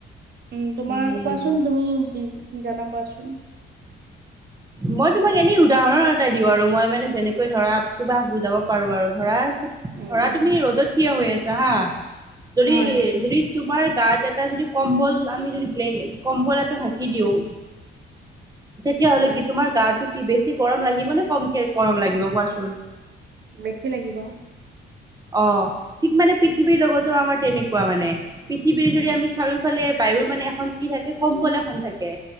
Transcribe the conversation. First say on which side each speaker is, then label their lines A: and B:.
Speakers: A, on the right; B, on the right.
A: উম, তোমাৰ
B: উম
A: আৰু কোৱাচোন তুমি কি কি জানা কোৱাচোন।
B: মই তোমাক এনেই উদাহৰণ এটা দিওঁ আৰু মই মানে যেনেকৈ ধৰা তোমাক বুজাব পাৰোঁ আৰু ধৰা।
A: উম
B: ধৰা
A: উম
B: তুমি ৰ'দত থিয় হৈ আছা হা যদি
A: হয়
B: যদি তোমাৰ গাত। এটা কম্বল আমি যদি‌ ব্লে কম্বল এটা ধাকি দিওঁ। তেতিয়াহ'লে
A: হয়
B: কি তোমাৰ গাটো কি বেছি গৰম লাগিব নে কমকে গৰম লাগিব কোৱাচোন।
A: বেছি লাগিব।
B: অ' ঠিক মানে পৃথিৱীৰ লগতো আমাৰ তেনেকুৱা মানে পৃথিৱীৰ
A: হয়
B: যদি আমি চাৰিওফালে। বায়ুৰ মানে এখন কি থাকে কম্বল এখন থাকে।